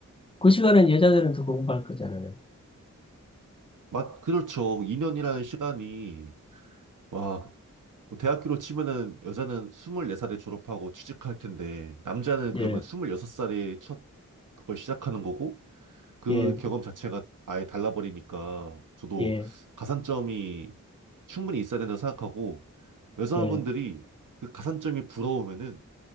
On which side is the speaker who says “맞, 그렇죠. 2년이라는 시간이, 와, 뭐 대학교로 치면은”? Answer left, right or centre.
Right